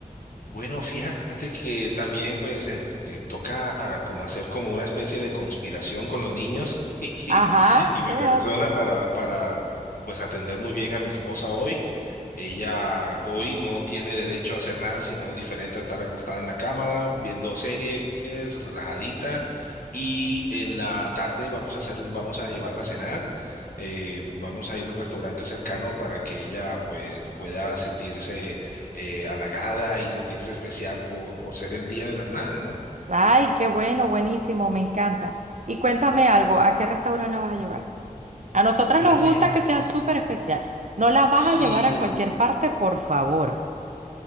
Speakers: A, on the left (about 80°); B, on the right (about 55°).
A: Bueno, fíjate que también pues en- eh, toca como hacer como una especie de conspiración con los niños <laughs> y,
B: Ajá,
A: y mi
B: es
A: persona
B: así.
A: para, para pues atender muy bien a mi esposa hoy. Ella hoy no tiene derecho a hacer nada sino diferente a estar acostada en la cama, viendo series, relajadita. Y en la tarde vamos a hacer un, vamos a llevarla a cenar. eh, vamos a ir a un restaurante cercano para que ella pues pueda sentirse eh, halagada y sentirse especial por, por ser el Día de las Madres, ¿no?
B: Ay, qué bueno, buenísimo, me encanta. Y cuéntame algo, ¿a qué restaurante la vas a llevar? A nosotras
A: Bueno,
B: nos
A: fíjate.
B: gusta que sea súper especial. No la vas
A: Sí,
B: a llevar a cualquier parte, por favor.